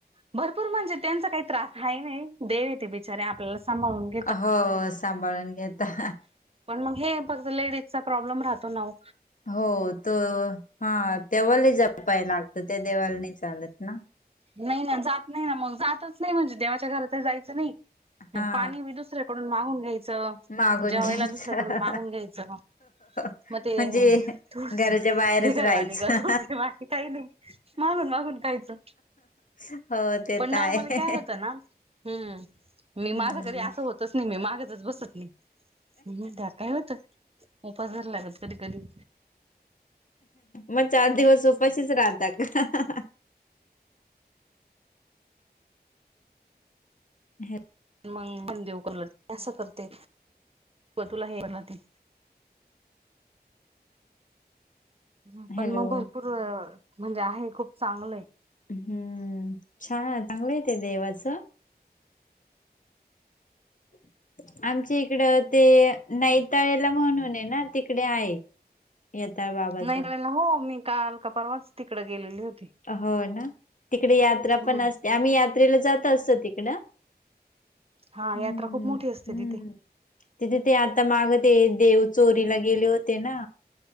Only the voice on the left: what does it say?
हो, सांभाळून घेता.
हो तो हा तेव्हा लय जपाव लागत त्या देवालाने चालत नाही ना?
हा
मागून
घ्यायचं
म्हणजे
घराच्या बाहेरच
राहायचं.
हो ते
तर
आहे.
हम्म
मग चार दिवस उपाशीच राहत का? ह <unintelligible>
हॅलो
हम्म, छान चांगलंय ते देवाचं. <inaudible> आमच्या इकड ते नैताळेला म्हणून आहे ना, तिकडे आहे. येताळ बाबाच
हो ना तिकडे यात्रा
पण असते, आम्ही यात्रेला जात असतो तिकडं.
हम्म
हम्म
तिथे ते आता माग ते देव चोरीला गेले होते ना?